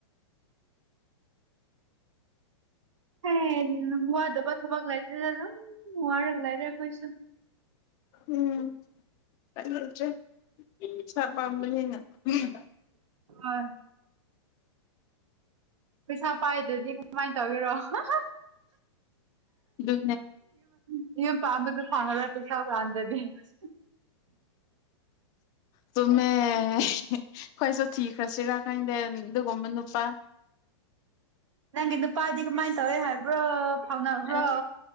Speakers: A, on the right; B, on the left.
A: ꯍꯦ ꯋꯥꯗꯕꯥ ꯊꯕꯥꯛ ꯂꯩꯇꯦꯗ ꯗꯨꯝ ꯋꯥꯔꯒ ꯂꯩꯔꯦ ꯑꯩꯈꯣꯏꯁꯨ
B: ꯎꯝ ꯆꯥꯅꯤꯡꯗꯔ꯭ꯦ ꯁꯥ ꯄꯥꯝꯕꯅꯤꯩꯅ ꯎꯝ
A: ꯑꯥ ꯄꯩꯁꯥ ꯄꯥꯏꯗꯔ꯭ꯥꯗꯤ ꯀꯃꯥꯏ ꯇꯧꯒꯦꯔꯣ ꯍ
B: ꯑꯗꯨꯅꯦ
A: ꯏ <unintelligible> ꯏ ꯄꯥꯝꯕ ꯐꯉꯗ ꯄꯩꯁꯥ ꯀꯥꯟꯗꯗꯤꯦ <unintelligible>
B: ꯇꯨꯝꯃꯦ ꯑꯩꯈꯣꯏꯁꯨ ꯊꯤꯈ꯭ꯔꯁꯤꯔꯥ ꯈꯪꯗꯦ ꯑꯗꯨꯒꯨꯝꯕ ꯅꯨꯄꯥ
A: ꯅꯪꯒꯤ ꯅꯨꯄꯥꯗꯤ ꯀꯃꯥꯏꯅ ꯇꯧꯋꯦ ꯍꯥꯏꯕ꯭ꯔꯣ ꯇꯧꯅꯕ꯭ꯔꯣ
B: ꯑꯦ